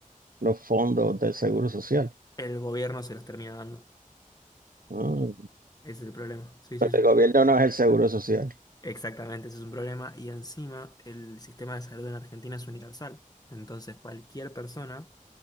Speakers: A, on the right; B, on the left.
A: los fondos del Seguro Social?
B: El gobierno se los termina dando.
A: Ah,
B: Ese es el problema. Sí,
A: pero
B: sí, sí.
A: el gobierno
B: sí.
A: no es el Seguro Social.
B: Exactamente, ese es un problema. Y encima, el sistema de salud en Argentina es universal. Entonces, cualquier persona